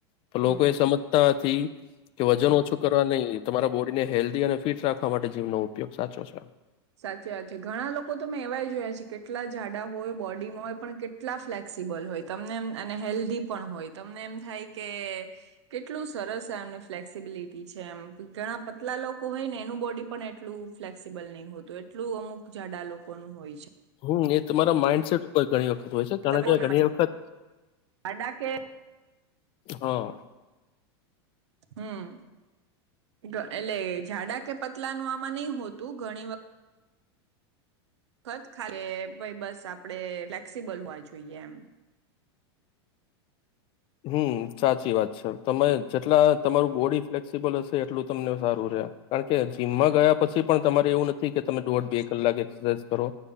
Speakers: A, on the left; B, on the right.
A: પણ
B: હમ
A: લોકો એ સમજતા નથી કે વજન
B: હમ.
A: ઓછું કરવા નહી. તમારા બોડીને હેલ્ધી અને ફીટ રાખવા માટે જીમનો ઉપયોગ સાચો છે
B: સાચી વાત છે ઘણા લોકો તો મેં એવાય જોયા છે કેટલા જાડા હોય બોડીમાં હોય પણ કેટલા ફ્લેક્સિબલ હોય તમને એમ અને હેલ્ધી પણ હોય તમને એમ થાય કે કેટલું સરસ એમને ફ્લેક્સિબિલિટી છે એમ ઘણા પતલા લોકો હોય ને એનું બોડી પણ એટલું ફ્લેક્સિબલ નહીં હો તો એટલું અમુક જાડા લોકો નું હોય છે
A: હમ એ તમારા માઈન્ડસેટ <unintelligible> ઘણી વખત હોય છે કારણકે
B: તમે
A: ઘણી વખત
B: આડા કે
A: હા.
B: હમ ગ એટલે જાડા કે પતલાનું આમાં નઈ હોતું ઘણી વખત ખત કે ભાઈ બસ આપડે ફ્લેક્સિબલ હોવા જોઈએ એમ.
A: હમ સાચી વાત છે, તમે જેટલા તમારું બોડી ફ્લેક્સિબલ હશે એટલું તમને સારું રે. કારણ કે જીમમાં ગયા પછી પણ તમારે એવું નથી કે તમે દોઢ બે કલાક એક્સરસાઇઝ કરો,